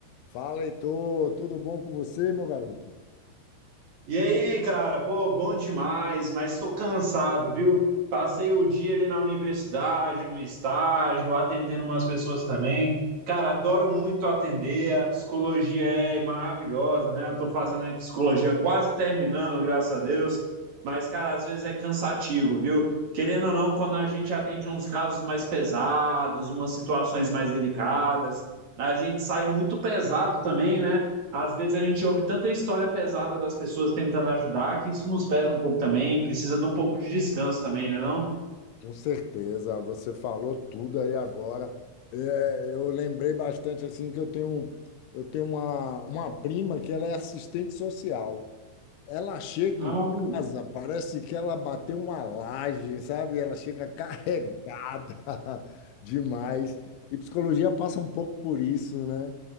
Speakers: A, on the left; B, on the right.
A: Fala, Heitor, tudo bom com você, meu garoto?
B: E aí, cara, pô, bom demais, mas estou cansado, viu? Passei o dia ali na universidade, no estágio, atendendo umas pessoas também. Cara, adoro muito atender, a psicologia é maravilhosa, né? Eu tô fazendo aí psicologia quase terminando, graças a Deus. Mas, cara, às vezes é cansativo, viu? Querendo ou não, quando a gente atende uns casos mais pesados, umas situações mais delicadas, a gente sai muito pesado também, né? Às vezes a gente ouve tanta história pesada das pessoas tentando ajudar que isso nos pesa um pouco também, precisa de um pouco de descanso também, né não?
A: Com certeza, você falou tudo aí agora. É, eu lembrei bastante assim que eu tenho, eu tenho uma, uma prima que ela é assistente social. Ela chega
B: Não,
A: em casa, parece que ela bateu uma laje, sabe? Ela chega carregada <laughs> demais. E psicologia passa um pouco por isso, né?